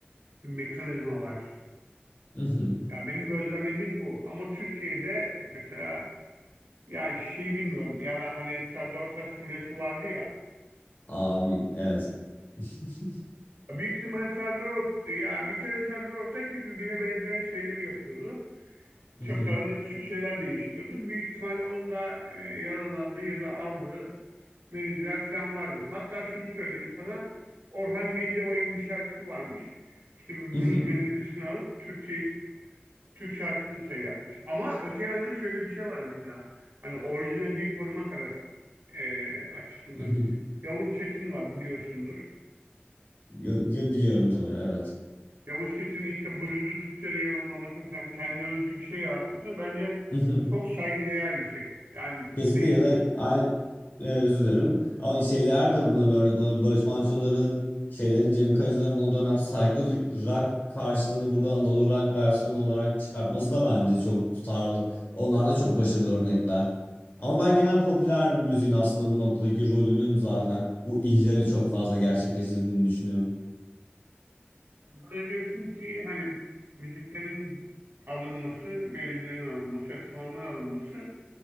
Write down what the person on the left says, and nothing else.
hı hı.
Abi evet. <laughs>
Hı
hı,
hı hı,
hı hı.
Yo- yo- biliyorum tabii evet.
<laughs>
Kesinlikle
ya da aynı, e, özür dilerim. Ama şeyler de buna bir örnek olabilir. Barış Manço'ların, şeylerin, Cem Karaca'ların o dönem saygılı rock karşılığını burada Anadolu rock versiyonu olarak çıkartması da bence çok tutarlı. Onlar da çok başarılı örnekler. Ama ben genel popüler müziğin aslında bu noktadaki rolünün zaten bu ihlali çok fazla gerçekleştirdiğini düşünüyorum.